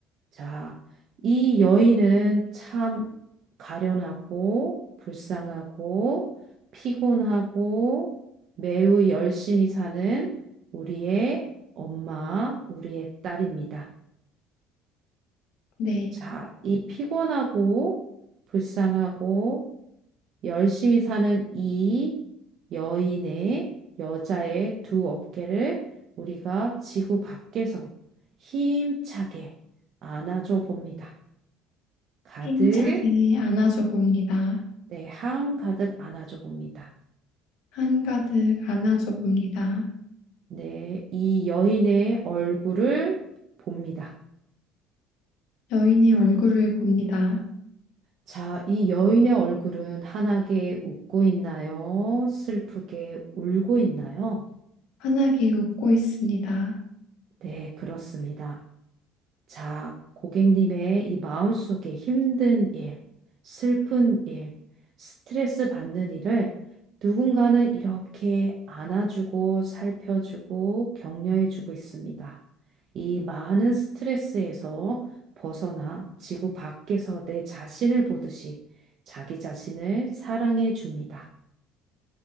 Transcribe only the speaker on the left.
네,
힘차게 안아줘 봅니다.
한가득 안아줘 봅니다.
여인의 얼굴을 봅니다.
환하게 웃고 있습니다.